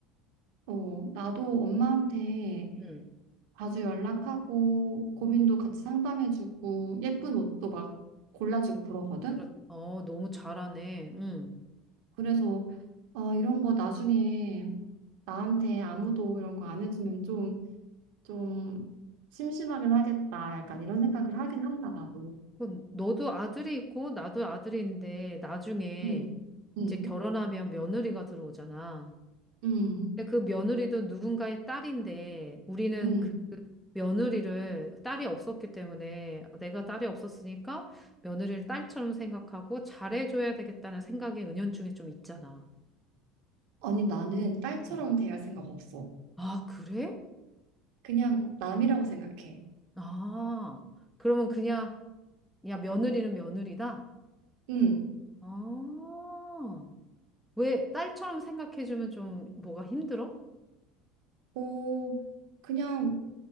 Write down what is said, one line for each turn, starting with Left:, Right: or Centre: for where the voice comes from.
Right: 어, 나도 엄마한테
Centre: 응.
Right: 자주 연락하고 고민도 같이 상담해주고 예쁜 옷도 막 골라주고 그러거든.
Centre: 그렇, 어, 너무 잘하네. 응.
Right: 그래서 아, 이런 거 나중에 나한테 아무도 이런 거 안 해주면 좀, 좀 심심하긴 하겠다. 약간 이런 생각을 하긴 한다, 나도.
Centre: 그 너도 아들이 있고 나도 아들인데 나중에
Right: 응, 응,
Centre: 이제 결혼하면 며느리가 들어오잖아.
Right: 응,
Centre: 근데 그 며느리도 누군가의 딸인데 우리는
Right: 응.
Centre: 그 며느리를 딸이 없었기 때문에 내가 딸이 없었으니까 며느리를 딸처럼 생각하고 잘해줘야 되겠다는 생각이 은연중에 좀 있잖아.
Right: 아니, 나는 딸처럼
Centre: 음.
Right: 대할 생각 없어.
Centre: 아, 그래?
Right: 그냥 남이라고 생각해.
Centre: 아, 그러면 그냥, 야, 며느리는 며느리다?
Right: 응.
Centre: 아, 왜 딸처럼 생각해주면 좀 뭐가 힘들어?
Right: 어, 그냥